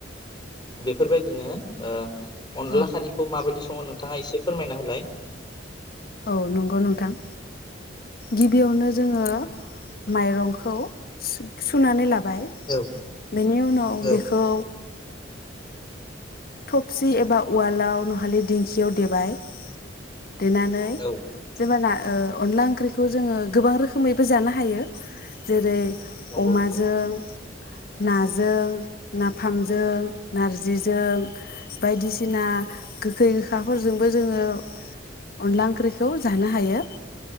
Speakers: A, on the left; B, on the left.
A: बेफोरबायदिनो ओ अनदला
B: औ
A: खारिखौ माबायदि स सङो नोंथाङा एसे फोरमायना होलाय
B: औ नंगौ नोंथां गिबियावनो जोङो माइरंखौ सु-सुनानै लाबो बाय
A: औ
B: बेनि उनाव
A: औ
B: बेखौ थफसि एबा उवालाव नहलि दिंखियाव देबाय देनानै
A: औ
B: जेबोना ओ अनला ओंख्रिखौ जोङो गोबां रोखोमैबो जानो हायो जेरै
A: नंगौ
B: अमाजों
A: नंगौ
B: नाजों नाफामजों नारजिजों बायदिसिना सिना गोखै साफोरजोंबो जोङो अनला ओंख्रिखौ जानो हायो